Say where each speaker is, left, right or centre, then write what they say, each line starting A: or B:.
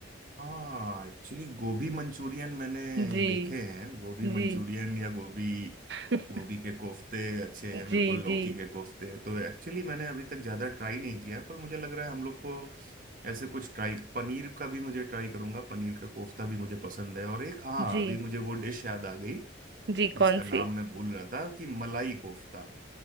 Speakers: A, on the right; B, on the right.
A: हाँ एक्चुअली गोभी मंचूरियन मैंने
B: जी
A: देखे हैं गोभी मंचूरियन
B: जी
A: या गोभी
B: <laughs>
A: गोभी के कोफ्ते अच्छे हैं
B: जी
A: बिल्कुल लौकी
B: जी
A: के कोफ्ते तो एक्चुअली मैंने अभी तक ज़्यादा ट्राई नहीं किया पर मुझे लग रहा है हम लोग को ऐसे कुछ ट्राई पनीर का भी मुझे ट्राई करूंगा पनीर का कोफ्ता भी मुझे पसंद है और एक हाँ
B: जी
A: अभी मुझे वो डिश याद आ गई
B: जी
A: जिसका
B: कौन
A: नाम
B: सी
A: मैं भूल रहा था कि मलाई कोफ्ता